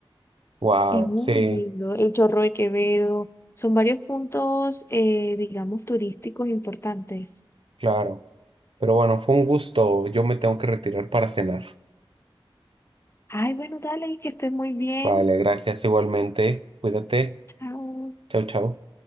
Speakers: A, on the right; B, on the left.
A: Wow,
B: es muy
A: sí,
B: lindo, el Chorro de Quevedo, son varios puntos, eh, digamos, turísticos importantes.
A: claro. Pero bueno, fue un gusto. Yo me tengo que retirar para cenar.
B: Ay, bueno, dale, que estés muy bien,
A: Vale, gracias igualmente. Cuídate.
B: chao.
A: Chau, chau.